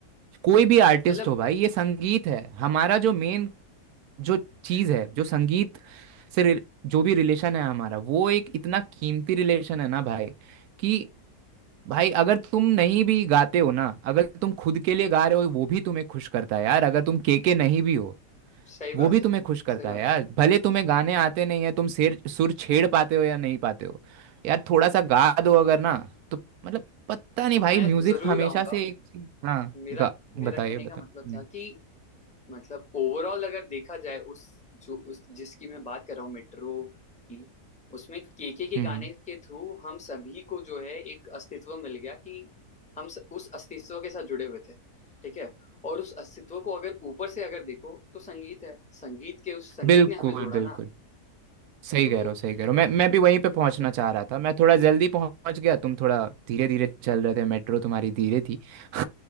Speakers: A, on the right; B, in the centre.
A: कोई भी आर्टिस्ट
B: मतलब
A: हो भाई ये संगीत है हमारा जो मेन जो चीज है जो संगीत से रिल- जो भी रिलेशन है हमारा वो एक इतना कीमती रिलेशन है ना भाई कि भाई अगर तुम नहीं भी गाते हो ना अगर तुम खुद के लिए गा रहे हो वो भी तुम्हें खुश करता है यार अगर तुम केके नहीं भी हो
B: सही
A: वो
B: बात
A: भी
B: है
A: तुम्हें खुश करता
B: सही बात
A: है यार
B: है
A: भले तुम्हें गाने आते नहीं है तुम सिर सुर छेड़ पाते हो या नहीं पाते हो यार थोड़ा सा गा दो अगर ना तो मतलब पता नहीं भाई
B: मैं
A: म्यूजिक
B: जरूर
A: हमेशा
B: गाऊंगा
A: से एक चीज हाँ
B: मेरा
A: गा
B: मेरा
A: बताइए
B: कहने
A: बताओ
B: का मतलब
A: हम्म
B: था कि मतलब ओवरऑल अगर देखा जाए उस जो उस जिसकी मैं बात कर रहा हूँ मेट्रो की उसमें केके के
A: हम्म,
B: गाने
A: हम्म।
B: के थ्रू हम सभी को जो है एक अस्तित्व मिल गया कि हम स, उस अस्तित्व के साथ जुड़े हुए थे ठीक है और उस अस्तित्व को अगर ऊपर से अगर देखो तो संगीत है संगीत के उस संगीत
A: बिल्कुल
B: ने हमें जोड़ा
A: बिल्कुल
B: ना
A: सही
B: तो
A: कह रहे हो सही
B: ये
A: कह रहे हो
B: बात
A: मैं मैं भी वहीं पे
B: ये
A: पहुंचना
B: बात है
A: चाह रहा था मैं थोड़ा जल्दी पहुंच गया तुम थोड़ा धीरे धीरे चल रहे थे मेट्रो तुम्हारी धीरे थी <laughs>